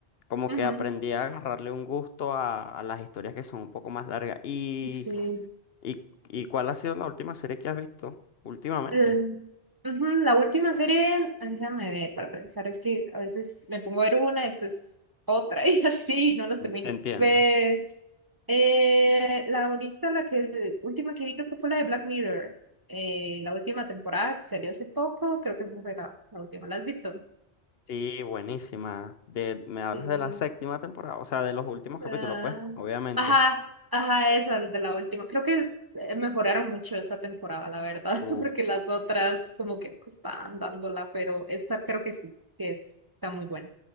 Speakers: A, on the left (about 65°); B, on the right (about 25°).
A: como
B: ujú.
A: que aprendí a agarrarle un gusto a, a las historias que son un poco más largas. ¿Y,
B: Sí.
A: y, y cuál ha sido la última serie que has visto últimamente?
B: Mm, ujú, La última serie, déjame ver para pensar, es que a veces me pongo a ver una, después otra <laughs> y así, no las termino.
A: Te entiendo.
B: Ve, eh, la ahorita, la que última que vi creo que fue la de Black Mirror, eh, la última temporada que salió hace poco, creo que esa fue la, la última. ¿La has visto?
A: Sí, buenísima. De, me
B: Sí.
A: hablas de la séptima temporada, o sea, de los últimos
B: Ah,
A: capítulos, pues, obviamente.
B: ajá, ajá, esa de la última. Creo que eh, mejoraron mucho esta temporada, la verdad,
A: Uf.
B: <laughs> porque las otras como que no estaban dándola, pero esta creo que sí, que es, está muy buena.